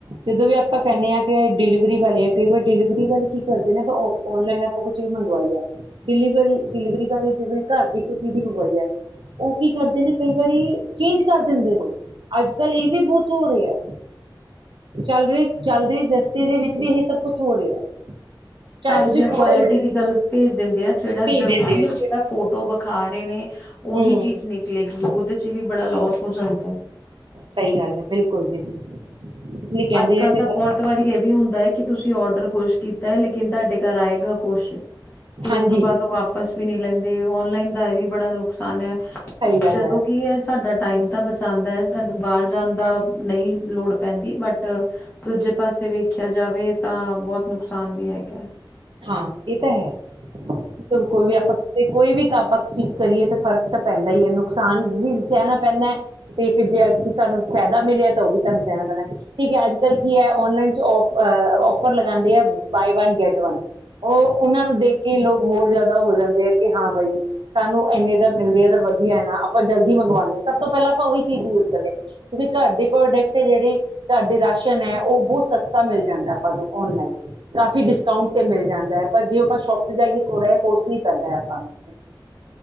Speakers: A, on the right (about 70°); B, on the left (about 25°).
A: ਜਦੋਂ ਵੀ ਆਪਾਂ ਕਹਿੰਦੇ ਹਾਂ ਕਿ ਡਿਲੀਵਰੀ ਵਾਲੇ ਆ ਕਈ ਵਾਰ ਡਿਲੀਵਰੀ ਵਾਲੇ ਕੀ ਕਰਦੇ ਨੇ ਆਪਾਂ ਆਨਲਾਈਨ ਆਪਾਂ ਕੋਈ ਚੀਜ਼ ਮੰਗਵਾਈ ਆ, ਡਿਲੀਵਰੀ ਡਿਲੀਵਰੀ ਵਾਲੇ ਜਿਵੇਂ ਘਰ ਦੀ ਖੁਸ਼ੀ ਦੀ ਮੰਗਵਾਈ ਐ। ਉਹ ਕੀ ਕਰਦੇ ਨੇ ਕਈ ਵਾਰੀ ਚੇਂਜ ਕਰ ਦਿੰਦੇ ਨੇ ਅੱਜ ਕੱਲ੍ਹ ਇਹ ਵੀ ਬਹੁਤ ਹੋ ਰਿਹਾ ਚੱਲ ਰਹੀ ਚੱਲ ਰਹੀ ਗ੍ਰਸਤੀ ਦੇ ਵਿੱਚ ਵੀ ਇਹ ਸਭ ਕੁਛ ਹੋ ਰਿਹਾ ਚਾਹੇ
B: ਸਾਈਜ਼
A: ਤੁਸੀਂ
B: ਜਾਂ
A: ਥੋੜੇ
B: ਕੁਆਲਿਟੀ
A: ਮਿੰਟ
B: ਵੀ ਗਲਤ ਭੇਜ ਦਿੰਦੇ ਆ ਜਿਹੜਾ
A: ਭੇਜ
B: ਜਰੂਰੀ
A: ਦਿੰਦੇ
B: ਨੀ
A: ਹੈ
B: ਜਿਹੜਾ ਫੋਟੋ ਵਿਖਾ ਰਹੇ ਨੇ ਉਹੀ
A: ਹਮ
B: ਚੀਜ਼ ਨਿਕਲੇਗੀ। ਉਹਦੇ ਚ ਵੀ ਬੜਾ ਲੋਸ ਹੋ ਜਾਂਦਾ
A: ਸਹੀ ਗੱਲ ਹੈ ਬਿਲਕੁਲ ਜੀ ਬਿਲਕੁਲ। ਇਸ ਲਈ ਕਹਿੰਦੇ
B: ਅੱਜਕੱਲ
A: ਆ ਕਿ
B: ਤਾਂ
A: ਸਭ-
B: ਬਹੁਤ ਵਾਰੀ ਇਹ ਵੀ ਹੁੰਦਾ ਹੈ ਕਿ ਤੁਸੀਂ ਔਡਰ ਕੁਛ ਕੀਤਾ ਹੈ ਲੇਕਿਨ ਤੁਹਾਡੇ ਘਰ ਆਏਗਾ ਕੁਛ। ਤੇ
A: ਹਾਂਜੀ
B: ਉਸ ਤੋਂ ਬਾਅਦ ਉਹ ਵਾਪਸ ਵੀ ਨਹੀਂ ਲੈਂਦੇ ਔਨਲਾਈਨ ਦਾ ਇਹ ਵੀ ਬੜਾ ਨੁਕਸਾਨ ਐ।
A: ਸਹੀ ਗੱਲ
B: ਜਦੋਂ
A: ਹੈ
B: ਕੀ ਇਹ ਸਾਡਾ ਟਾਈਮ ਤਾਂ ਬਚਾਉਂਦਾ ਹੈ ਸਾਨੂੰ ਬਾਹਰ ਜਾਣ ਦਾ ਨਹੀਂ ਲੋੜ। ਪੈਂਦੀ ਬਟ ਦੂਜੇ ਪਾਸੇ ਵੇਖਿਆ ਜਾਵੇ ਤਾਂ ਬਹੁਤ ਨੁਕਸਾਨ ਵੀ ਹੈਗਾ।
A: ਹਾਂ ਇਹ ਤਾਂ ਹੈ ਕੋਈ ਵੀ ਆਪਾਂਤੇ ਕੋਈ ਵੀ ਕੰ ਚੀਜ਼ ਕਰੀਏ ਤਾਂ ਫ਼ਰਕ ਤਾਂ ਪੈਂਦਾ ਹੀ ਹੈ ਨੁਕਸਾਨ ਵੀ ਸਹਿਣਾ ਪੈਂਦਾ ਹੈ ਤੇ ਜੇ ਸਾਨੂੰ ਫਾਇਦਾ ਮਿਲਿਆ ਤਾਂ ਉਹ ਵੀ ਸਹਾਨੂੰ ਸਹਿਣਾ ਪੈਂਦਾ ਠੀਕ ਹੈ ਅੱਜ ਕੱਲ ਕੀ ਹੈ ਔਨਲਾਈਨ ਚ ਔਫਰ ਲਗਾਉਂਦੇ ਹੈ ਬਾਏ ਵਨ ਗੈਟ ਵਨ ਉਹ ਉਹਨਾਂ ਨੂੰ ਦੇਖ ਕੇ ਲੋਕ ਹੋਰ ਜ਼ਿਆਦਾ ਹੋ ਜਾਂਦੇ ਆ ਕਿ ਹਾਂ ਬਾਈ ਸਾਨੂੰ ਇਨੇ ਦਾ ਮਿਲਦੇ ਆ ਤਾਂ ਵਧੀਆ ਨਾ ਆਪਾਂ ਜਲਦੀ ਮੰਗਵਾਉਦੇ ਹਾਂ ਸਭ ਤੋਂ ਪਹਿਲਾਂ ਆਪਾਂ ਉਹੀ ਚੀਜ਼ ਯੂਜ ਕਰਦੇ ਹਾਂ ਕਿਉਂਕਿ ਘਰ ਦੇ ਪ੍ਰੋਡਕਟ ਜਿਹੜੇ ਘਰ ਦੇ ਰਾਸ਼ਨ ਹੈ ਉਹ ਬਹੁਤ ਸਸਤਾ ਮਿਲ ਜਾਂਦਾ ਆਪਾਂ ਨੂੰ ਔਨਲਾਈਨ ਕਾਫ਼ੀ ਡਿਸਕਾਊਂਟ ਤੇ ਮਿਲ ਜਾਂਦਾ ਹੈ ਪਰ ਜੇ ਆਪਾਂ ਸ਼ੋਪ ਤੇ ਜਾਈਏ ਥੋੜਾ ਜਿਹਾ ਕੋਸਟਲੀ ਪੈਂਦਾ ਆਪਾਂ ਨੂੰ।